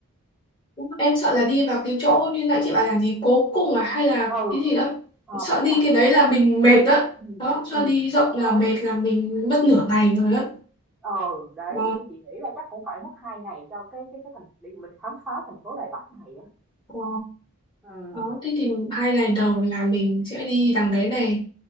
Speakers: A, on the left; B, in the centre.
A: Em sợ là đi vào cái chỗ như nãy chị bảo là gì cố cung à hay là
B: ừ
A: cái gì đó
B: ờ,
A: sợ
B: bảo
A: đi
B: tàng
A: cái
B: cố
A: đấy
B: cung
A: là mình mệt đó
B: ừ
A: đó
B: ừ
A: sợ đi rộng
B: đấy
A: là mệt là mình mất nửa ngày rồi đó
B: ờ đấy
A: Ờ,
B: thì chị nghĩ là chắc cũng phải mất hai ngày cho cái cái cái thành để mình khám phá thành phố Đài Bắc này á
A: ờ.
B: ừ
A: đó thế thì hai ngày đầu là mình sẽ đi đằng đấy này